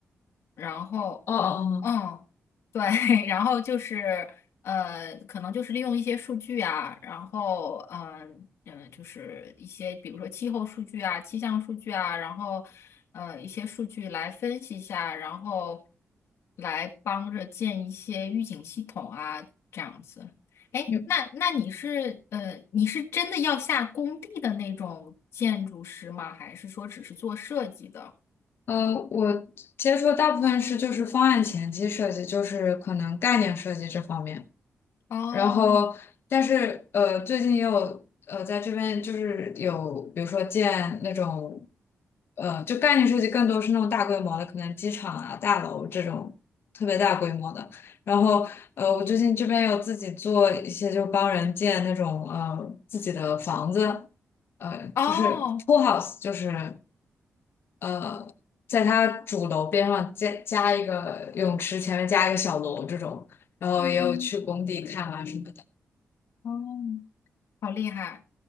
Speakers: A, on the left; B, on the left.
A: 然后。
B: 哦哦哦，
A: 嗯，对，<laughs> 然后就是呃，可能就是利用一些数据啊，然后嗯嗯、呃就是一些比如说气候数据啊、气象数据啊，然后呃一些数据来分析一下，然后来帮着建一些预警系统啊，这样子。哎，
B: 你
A: 那那你是呃你是真的要下工地的那种建筑师吗？还是说只是做设计的？
B: 呃，我接触的大部分是就是方案前期设计，就是可能概念设计这方面。
A: 哦
B: 然后，但是呃，最近也有呃，在这边就是有，比如说建那种，呃，就概念设计更多是那种大规模的，可能机场啊、大楼这种特别大规模的。然后，呃，我最近这边有自己做一些，就帮人建那种呃自己的房子，呃，
A: 哦，
B: 就是 pool house，就是呃，在它主楼边上加加一个泳池，前面加一个小楼这种。然后也有去工地看啊什么。
A: 嗯，哦。好厉害！